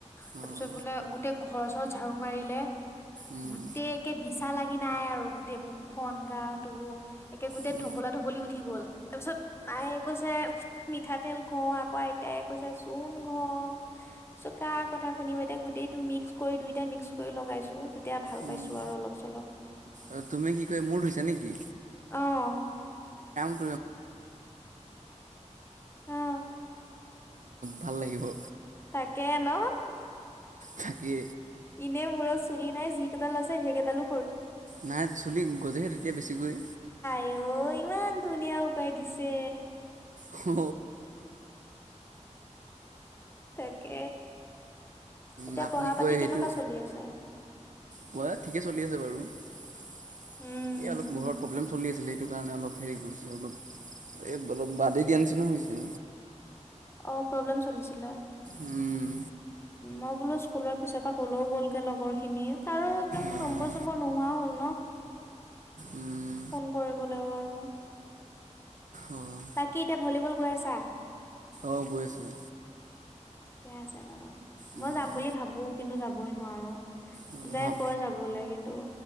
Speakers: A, on the left; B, on the right.
A: তাৰপিছত
B: অ',
A: বোলে গোটেই ঘৰ চৰ ঝাাৰু মাৰিলে
B: উম,
A: গোটকে বিচ ইচছা লাগি নাই আৰু গোটেই মুখখন গাটো একে গোটেই
B: উম,
A: ধুম্বলা ধুম্বলি উঠি গ'ল। তাৰ পিছত মায়ে কৈছে মিঠাতেল ঘহ আকৌ আইতায় কৈছে চূণ ঘহ চ কাৰ কথা শুনি মই এতিয়া গোটেইটো মিক্স কৰি দুইটা মিক্স কৰি লগাইছো তেতিয়া ভাল
B: উম।
A: পাইছো আৰু অলপ। অলপ চলপ
B: অ' তুমি কি কয় মূোৰ ধইছা নেকি
A: অ '
B: <inaudible> <inaudible> মূৰত
A: অ
B: ভাল লাগিব
A: তাকে ন'
B: থাকি
A: এনে মূৰত চুলি নাই যি কেইডাল আছে সেই কেইডালো
B: নাই চুলি গজেহে তেতিয়া বেছিকৈ
A: এ অ ইমান ধুনীয়া উপায় দিছে।
B: হ,
A: তাকে এতিয়া
B: নাকো
A: পঢ়া
B: কি
A: পাতি
B: কয়
A: কেনেকুৱা
B: সেইটো
A: চলি আছে
B: পোৱা <unintelligible> সেইটো কাৰণে
A: উম।
B: অলপ হেৰি কৰিছোঁ অলপ এই অলপ বাদেই দিয়া নিচিনা হৈছে
A: অ প্ৰব্লেম চলিছিলা
B: উম,
A: মই বোলো স্কুলৰ পিছৰ পৰা ক'লেও গ'লগে লগৰ খিনি আৰু একদম
B: অ',
A: নম্বৰ চম্বৰ নোহোৱা হ'ল ন
B: উম,
A: ফোন কৰিবলৈও আৰু
B: অ',
A: বাকী এতিয়া ভলীবল গৈ আছা
B: অঁ গৈ আছোঁ
A: ঠিকে আছে বাৰু
B: উম,
A: মই যাম বুলি ভাবো কিন্তু যাবই নোৱাৰো
B: অ',
A: দুটাই
B: ভাব
A: কয় যাবলৈ কিন্তু